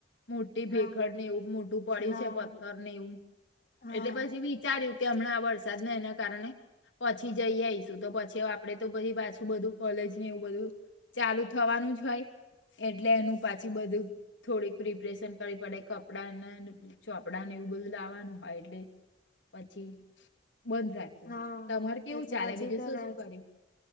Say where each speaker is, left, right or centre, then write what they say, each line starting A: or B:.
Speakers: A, on the left (about 85°); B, on the left (about 50°).
A: મોટી
B: હા
A: ભેખડ ને એવું મોટું પડી્યું
B: હા
A: છે, પથ્થર ને એવું,
B: હા
A: એટલે પછી વિચાર્યું કે હમણાં આ વરસાદને એના કારણે પછી જઈ આઈશું, તો પછી આપડે તો પછી પાછું બધું કોલેજ ને એવું બધું, ચાલુ થવાનું જ હોય એટલે એનું પાછી બધું થોડીક પ્રિપરેશન કરવી પડે કપડા ને ચો પડા ને એવું બધું લાવવાનું હોય એટલે પછી બંધ રાખ્યું.
B: હા.
A: તમારે
B: હ
A: કેવું
B: એટલે
A: ચાલે
B: બધી
A: બીજું
B: તો
A: શું
B: રા
A: શું કર્યું?